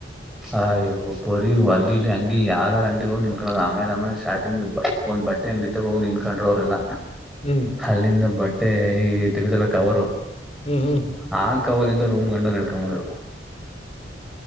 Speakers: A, in the centre; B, on the left (about 35°).
A: ಆಯೋ ಬರಿ ಅಲ್ಲಿ ಇಲ್ಲಿ ಅಂಗಡಿ ಯಾವಾರ ಅಂಗಡಿ ನಿಂಟ್ಕಳ ಆಮೇಲೆ ಆಮೇ ಸ್ಟಾರ್ಟಿಂಗ್ ಬ ಒಂದ್ ಬಟ್ಟೆ ಅಂಗಿ ತೋಗ್ ನಿನ್ ಕೊಂಡ್ರೋ ಅವರೆಲ್ಲ.
B: ಹ್ಮ್
A: ಅಲ್ಲಿಂದ ಬಟ್ಟೆ ಮತ್ತೆ ಈ ತಿಗುದಲ್ಲ ಕವರು.
B: ಹ್ಮ್ ಹ್ಮ್
A: ಆ ಕವರಿ ಇಂದ ರೂಮ್ ಗಂಡ ನಡ್ಕೊಂಡ್ ಬಂದ್ರು.